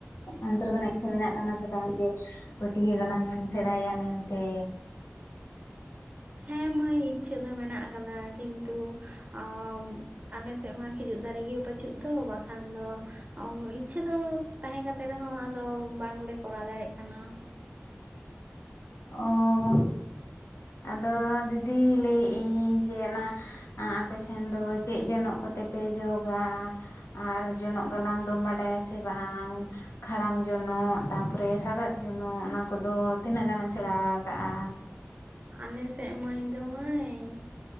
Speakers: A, on the left; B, on the right.
A: ᱚᱱᱛᱚᱨ ᱠᱷᱚᱱᱟᱜ ᱤᱪᱷᱟᱹ ᱢᱮᱱᱟᱜ ᱛᱟᱢᱟ ᱥᱮ ᱵᱟᱝ ᱡᱮ ᱯᱟᱹᱴᱭᱟᱹ ᱜᱟᱞᱟᱝ ᱮᱢ ᱥᱮᱬᱟᱭᱟ ᱢᱮᱱᱛᱮ?
B: ᱦᱮᱸ ᱢᱟᱹᱭ ᱤᱪᱪᱷᱟᱹ ᱫᱚ ᱢᱮᱱᱟᱜ ᱟᱠᱟᱫᱟ ᱠᱤᱱᱛᱩ ᱚᱸᱻ ᱟᱞᱮ ᱥᱮᱫ ᱢᱟ ᱠᱷᱤᱡᱩᱜ ᱫᱟᱨᱮᱜ ᱜᱮ ᱵᱟᱪᱩᱜ ᱫᱚ ᱵᱟᱠᱷᱟᱱ ᱫᱚ ᱚᱸᱻᱚᱸ ᱤᱪᱪᱷᱟᱹ ᱫᱚ ᱛᱟᱦᱮᱸ ᱠᱟᱛᱮ ᱨᱮᱦᱚᱸ ᱟᱫᱚ ᱵᱟᱝᱞᱮ ᱠᱚᱨᱟᱣ ᱫᱟᱲᱭᱟᱜ ᱠᱟᱱᱟ᱾
A: ᱚᱸ ᱟᱫᱚ ᱫᱤᱫᱤ ᱞᱟᱹᱭᱮᱫ ᱟᱹᱧ ᱡᱮ ᱚᱱᱟ ᱟᱸ ᱟᱯᱮ ᱥᱮᱱ ᱫᱚ ᱪᱮᱫ ᱡᱚᱱᱚᱜ ᱠᱚᱛᱮ ᱯᱮ ᱡᱚᱜᱼᱟ? ᱟᱨ ᱡᱚᱱᱚᱜ ᱜᱟᱞᱟᱝ ᱫᱚᱢ ᱵᱟᱰᱟᱭᱟ ᱥᱮ ᱵᱟᱝ? ᱠᱷᱟᱲᱟᱝ ᱡᱚᱱᱚᱜ ᱛᱟᱯᱚᱨᱮ ᱥᱟᱜᱟᱫ ᱡᱚᱱᱚᱜ ᱚᱱᱟ ᱠᱚᱫᱚ ᱛᱤᱱᱟᱹᱜ ᱜᱟᱱᱮᱢ ᱥᱮᱬᱟ ᱟᱠᱟᱜᱼᱟ?
B: ᱟᱞᱮ ᱥᱮᱫ ᱢᱟ ᱤᱧ ᱫᱚ ᱢᱟᱹᱭ